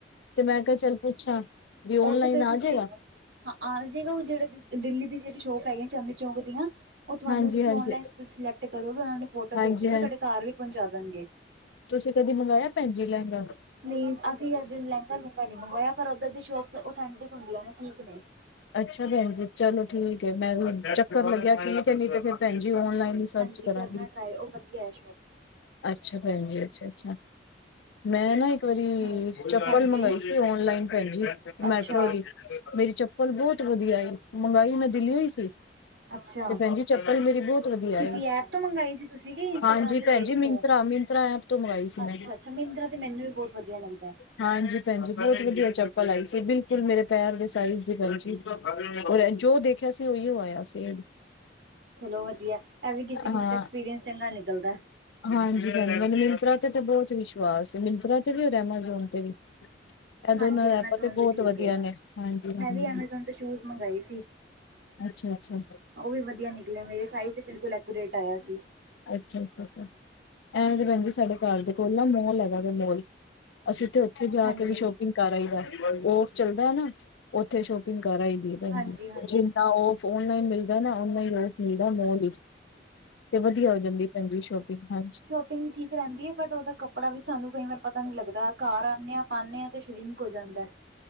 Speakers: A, on the left (about 90°); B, on the right (about 75°).
A: ਤੇ ਮੈਂ ਕਿਹਾ ਚੱਲ ਪੁੱਛਾਂ, ਵੀ ਔਨ
B: ਉਹ ਤੇ
A: ਲਾਈਨ
B: ਫੇਰ
A: ਆ
B: ਤੁਸੀਂ
A: ਜਾਏਗਾ?
B: ਹਾਂ ਆ ਜਾਏਗਾ, ਦਿੱਲੀ ਦੀ ਜਿਹੜੀ ਸ਼ੋਪ ਹੈਗੀ ਚਾਂਦਨੀ ਚੌਕ, ਦੀਆਂ ਉਹ ਤੁਹਾਨੂੰ
A: ਹਾਂਜੀ
B: ਤੁਸੀਂ
A: ਹਾਂਜੀ
B: ਉਨਲਾਈਨ ਸਿਲੈਕਟ ਕਰੋਗੇ, ਉਹ ਫੋਟੋ ਭੇਜਓਗੇ,
A: ਹਾਂਜੀ
B: ਤੁਹਾਡੇ ਘਾਰ ਵੀ ਪਹੁੰਚਾ ਦੇਣਗੇ।
A: ਤੁਸੀ ਕਦੀ ਮੰਗਵਾਆ, ਭੈਣ ਜੀ ਲਹਿੰਗਾ।
B: ਨਹੀ ਅਸੀ ਅਜੇ, ਲਹਿੰਗਾ -ਲੁੰਗਾ ਨਹੀ ਮੰਗਵਾਇਆ, ਪਰ ਉਧਰ ਦੀ ਸ਼ੋਪ ਓਥੈਂਟਿਕ ਹੋਂਦੀਆ ਨੇ ਠੀਕ ਨੇ।
A: ਅੱਛਾ ਭੈਣ ਜੀ, ਚਲੋ ਠੀਕ ਹੈ, ਮੈਂ ਵੀ ਚੱਕਰ ਲੱਗਿਆ ਠੀਕ ਏ, ਨਈ ਤੇ ਫਿਰ ਭੈਣ ਜੀ ਓਨਲਾਈਨ ਸਰਚ
B: ਹਾਂਜੀ,
A: ਕਰਾਂਗੀ
B: ਕਰਨਾ ਟਰਾਏ ਉਹ ਵਧੀਆ ਏ।
A: ਅੱਛਾ ਭੈਣ ਜੀ, ਅੱਛਾ-ਅੱਛਾ। ਮੈਂ ਨਾ, ਇੱਕ ਵਾਰੀ
B: ਹਾਂਜੀ
A: ਚੱਪਲ ਮੰਗਈ ਸੀ। ਆਨਲਾਈਨ, ਭੈਣਜੀ
B: ਅੱਛਾ
A: ਮੈਟਰੋ ਦੀ ਮੇਰੀ ਚੱਪਲ, ਬਹੁਤ ਵਧੀਆ ਈ, ਮਗਾਈ ਮੈਂ ਦਿੱਲੀਓ ਹੀ ਸੀ।
B: ਅੱਛਾ
A: ਤੇ ਭੈਣ ਜੀ, ਚੱਪਲ ਮੇਰੀ ਬਹੁਤ ਵਧੀਆ
B: ਕਿਸੀ
A: ਹੈ,
B: ਐਪ ਤੋਂ ਮੰਗਾਈ ਸੀ ਤੁਸੀਂ ਕਿ ਇੰਸਟਾਗ੍ਰਾਮ
A: ਹਾਂਜੀ
B: ਦੇ
A: ਭੈਣ
B: ਪੇਜ
A: ਜੀ ਮਿਨਤਰਾ
B: ਤੋਂ
A: ਮਿਨ ਮਿੰਤਰਾ ਐਪ ਤੋਂ, ਮੰਗਾਈ ਸੀ
B: ਅੱਛਾ
A: ਮੈਂ।
B: ਅੱਛਾ ਮਿੰਤਰਾ ਤੇ ਮੈਨੂੰ ਵੀ ਬਹੁਤ ਵਧੀਆ ਲੱਗਦਾ
A: ਹਾਂਜੀ ਭੈਣਜੀ, ਬਹੁਤ ਵਧੀਆ ਚੱਪਲ ਆਈ ਸੀ, ਬਿਲਕੁਲ ਮੇਰੇ ਪੈਰ ਦੇ ਸਾਈਜ ਦੀ। ਭੈਣ ਜੀ, ਜੋ ਦੇਖਿਆ ਸੀ ਉਹੀ ਆਇਆ ਸੀ।
B: ਚਲੋ ਵਧੀਆ, ਇਹ ਵੀ ਕਿਸੇ ਕਿਸੇ
A: ਹਾਂ
B: ਦਾ ਐਕਸਪੀਰੀਅੰਸ ਚੰਗਾ ਨਿਕਲਦਾ।
A: ਹਾਂਜੀ, ਮੈਨੂੰ ਮਯੰਤਰਾ ਤੇ ਤੇ ਬਹੁਤ ਵਿਸ਼ਵਾਸ ਐ, ਮਯੰਤਰਾ ਤੇ ਵੀ ਹੋਰ ਐਮਾਜੋਨ ਤੇ ਵੀ। ਇਹ ਦੋਨਾਂ
B: ਹਾਂਜੀ
A: ਦਾ
B: ਐਮਾਜ਼ੋਨ
A: ਐੱਪਾਂ, ਤੇ ਬਹੁਤ
B: ਵੀ ਠੀਕ
A: ਵਧੀਆ
B: ਏ
A: ਨੇ ਹਾਂਜੀ। ਹਾਂਜੀ
B: ਮੈਂ ਵੀ ਐਮਾਜ਼ੋਨ ਤੋਂ ਸ਼ੂਜ ਮੰਗਵਾਏ ਸੀ,
A: ਅੱਛਾ ਅੱਛਾ
B: ਉਹ ਵੀ ਵਧੀਆ ਨਿਕਲੇ, ਮੇਰੇ ਸਾਈਜ ਦੇ ਬਿਲਕੁਲ ਐਕੂਰੇਟ ਆਇਆ ਸੀ।
A: ਅੱਛਾ-ਅੱਛਾ, ਐਵੇ ਤੇ ਭੈਣ ਜੀ ਸਾਡੇ ਘਰ ਦੇ ਕੋਲ ਨਾ ਮੌਲ ਹੈਗਾ ਵੈ ਮੌਲ। ਅਸੀਂ ਤੇ ਉਥੇ ਜਾ
B: ਹਾਂਜੀ
A: ਕੇ ਵੀ ਸ਼ੋਪ ਕਰ ਆਈ ਦਾ, ਉਹ ਚੱਲਦਾ ਨਾ ਓਥੇ ਸ਼ੋਪਿੰਗ ਕਰ ਆਈ ਦੀ, ਭੈਣਜੀ,
B: ਹਾਂਜੀ ਹਾਂਜੀ
A: ਜੀ। ਨਾ ਓਹ ਆਨਲਾਈਨ ਮਿਲਦਾ, ਨਾ ਔਨਲਾਈਨ ਔਫ ਮਿਲਦਾ ਹੋਂਦਾ ਔ ਵੀ। ਤੇ ਵਧੀਆ ਹੋ ਜਾਂਦੀ, ਭੈਣਜੀ ਸ਼ੋਪਿੰਗ, ਹਾਂਜੀ।
B: ਫੀਟਿੰਗ ਠੀਕ ਰਹਿੰਦੀ ਹੈ, ਬਟ ਉਹਦਾ ਕੱਪੜਾ ਵੀ ਸਾਨੂੰ ਕਈ ਵਾਰ ਪਤਾ ਨਹੀ ਲੱਗਦਾ, ਘਰ ਆਂਨੇ ਆ, ਪਾਂਨੇ ਆ, ਅਤੇ ਸ਼੍ਰਿੰਕ ਹੋ ਜਾਂਦਾ।